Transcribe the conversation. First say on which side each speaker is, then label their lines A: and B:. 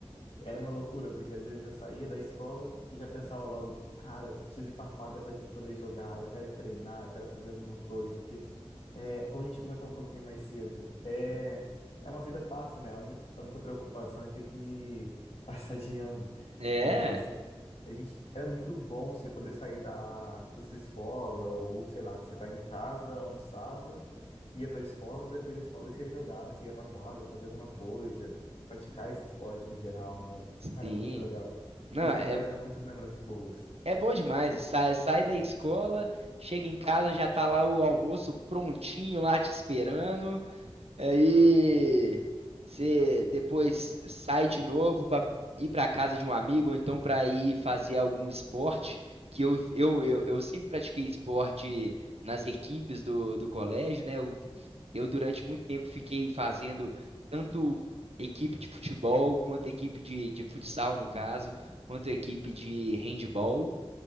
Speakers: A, on the left; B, on the right.
A: Era uma loucura, porque às vezes eu saía da escola e já pensava logo, cara, preciso ir pra quadra pra gente poder jogar, eu quero ir treinar, eu quero fazer alguma coisa, porque, é, como a gente comentou um pouquinho mais cedo, é, é uma vida fácil, né? A única, a única preocupação é ter que <laughs> passar de ano.
B: É,
A: Então, assim, a gente, é muito bom você poder sair da, da sua escola, ou sei lá, você tá em casa, almoçava, ia para a escola, depois da escola você ia jogar, você ia para quadra, fazer alguma coisa, praticar esse esporte no geral, né?
B: sim.
A: Cara, é muito legal.
B: Não,
A: Isso
B: é,
A: tá me trazendo muitas lembranças boas.
B: é bom demais. Sai, sai da escola, chega em casa, já tá lá o almoço prontinho lá te esperando. Aí você depois sai de novo pra ir pra casa de um amigo, ou então pra ir fazer algum esporte. Que eu, eu, eu, eu sempre pratiquei esporte nas equipes do, do colégio, né? Eu eu, durante muito tempo, fiquei fazendo tanto equipe de futebol, quanto equipe de, de futsal, no caso, quanto equipe de handball,